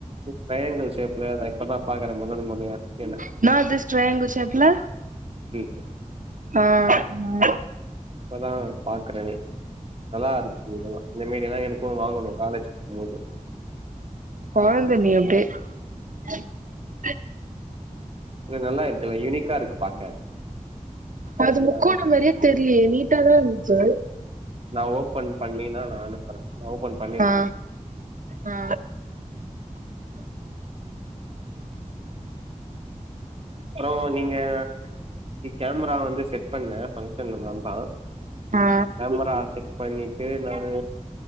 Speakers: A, on the right (about 45°); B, on the right (about 75°).
A: ட்ரையங்கள் ஷேப்ல நான் இப்பதான் பாக்குறேன் முதன் முறையா ஸ்கேல
B: இன்னது ட்ரைங்குல் ஷேப்புல
A: <unintelligible>
B: ஆஹ்
A: இப்பதான் பாக்குறேனே நல்லா இருக்கு இதெல்லாம் இந்த மேரி எல்லாம் எனக்கு வாங்கணும் காலேஜ் போகும்போது
B: <unintelligible>
A: இது நல்லா இருக்கல்லாம் யூனிக்கா இருக்கு பாக்க
B: அது முக்கோணம்
A: ஆ
B: மரியித் தெரிலயே நீ நீட்டா தான் இருந்துச்சு
A: நான் ஓபன் பண்ணனா நான் அனுப்புறேன் நான் ஓபன் பண்ணிருக்கேன்
B: ஆ ஆ
A: அப்புறம் நீங்க இன்னைக்கு கேமரா வந்து செட் பண்ணேன் பங்க்ஷன்ல நான் தான்
B: ஆ
A: கேமரா செட் பண்ணிட்டு நான்